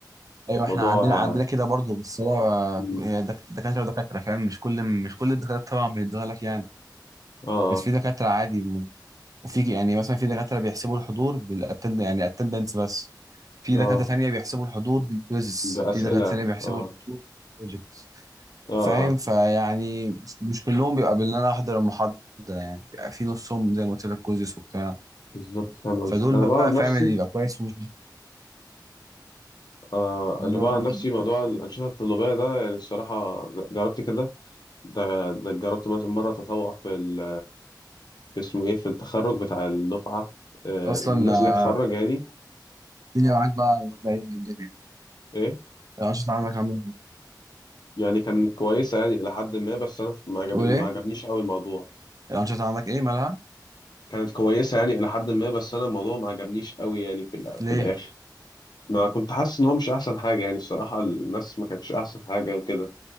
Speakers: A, on the left (about 65°); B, on the right (about 50°).
A: فموضوع
B: ايوه احنا عندنا
A: صح اه
B: عندنا كده برضه بس هو
A: مم.
B: هي دك- دكاتره ودكاتره فاهم مش كل مش كل الدكاتره طبعا بيدوها لك يعني
A: اه
B: بس في دكاتره عادي م- وفي يعني مثلا في دكاتره بيحسبوا الحضور بالاتند يعني اتندنس بس في
A: اه
B: دكاتره ثانيه بيحسبوا الحضور بالكويزز
A: بأسئلة
B: في دكاتره ثانيه بيحسبوا
A: اه
B: الحضور بالبروجكت
A: اه, آه.
B: فاهم فيعني مش مش كلهم بيبقى ان انا احضر المحاضره يعني بيبقى في نصهم زي ما قلت لك كوزيس وبتاع
A: بالظبط فاهم قصدي
B: فدول
A: أنا
B: بقى
A: بقى عن
B: فاهم
A: نفسي
B: اللي يبقى كويس ومش
A: آه
B: بيحضرهم
A: انا بقى عن نفسي موضوع الانشطه الطلابيه ده يعني الصراحه جربت كده ده ده جربت مثلا مره تطوع في ال- اسمه ايه في التخرج بتاع الدفعه آه
B: اصلا
A: الناس
B: آه،
A: اللي هتخرج يعني
B: الدنيا معاك بقى بقى إيه الدنيا
A: ايه
B: الانشطه عندك عامله ايه
A: يعني كانت كويسه يعني الى حد ما بس انا ما عجبني
B: تقول ايه
A: ما عجبنيش قوي الموضوع
B: الانشطه عندك ايه مالها
A: كانت كويسه يعني الى حد ما بس انا الموضوع ما عجبنيش قوي يعني في الأ-
B: ليه
A: في الاخر ما كنت حاسس ان هو مش احسن حاجه يعني الصراحه الناس ما كانتش احسن حاجه وكده